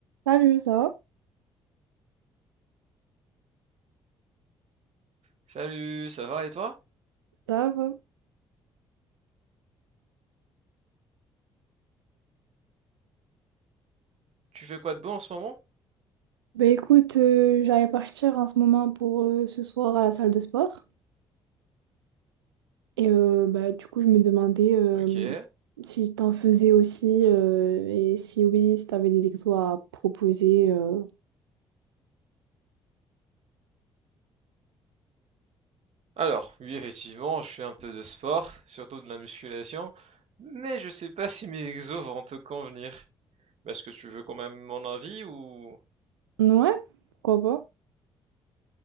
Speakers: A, on the right; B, on the right.
A: Salut, ça va?
B: Salut, ça va et toi?
A: Ça va.
B: Tu fais quoi de beau en ce moment?
A: Bah écoute, euh, j'allais partir en ce moment pour euh, ce soir à la salle de sport. Et euh, bah, du coup, je me demandais euh,
B: Ok.
A: si t'en faisais aussi euh, et si oui, si t'avais des exos à proposer. euh.
B: Alors, oui, effectivement, je fais un peu de sport, surtout de la musculation, mais je sais pas <laughs> si mes exos vont te convenir. Est-ce que tu veux quand même mon avis ou...
A: Ouais, pourquoi pas?